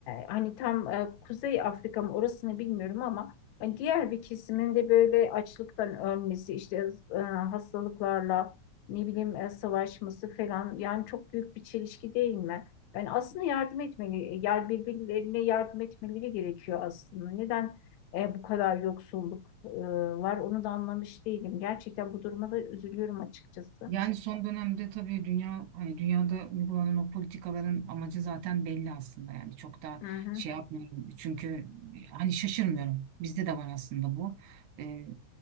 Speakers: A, on the left (about 80°); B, on the right (about 85°).
A: hani tam e, Kuzey Afrika mı orasını bilmiyorum ama hani diğer bir kesimin de böyle açlıktan ölmesi işte e, hastalıklarla ne bileyim e, savaşması falan yani çok büyük bir çelişki değil mi? Ben aslında yardım etmeli, yer birbirlerine yardım etmeleri gerekiyor aslında. Neden e, bu kadar yoksulluk? e, var. Onu da anlamış değilim. Gerçekten bu duruma da üzülüyorum açıkçası.
B: Yani son dönemde tabii dünya hani dünyada uygulanan o politikaların amacı zaten belli aslında yani çok da
A: Hı hı.
B: şey yapmıyorum çünkü hani şaşırmıyorum bizde de var aslında bu Ee,